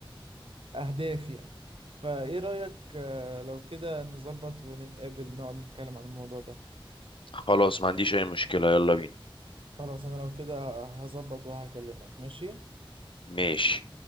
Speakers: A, on the right (about 70°); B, on the left (about 65°).
A: أهداف يعني فإيه رأيك آه، لو كده نظبط ونتقابل نقعد نتكلم عن الموضوع ده
B: خلاص ما عنديش اي مشكلة يلا بينا
A: خلاص انا لو كده هظبط وهكلمك ماشي
B: ماشي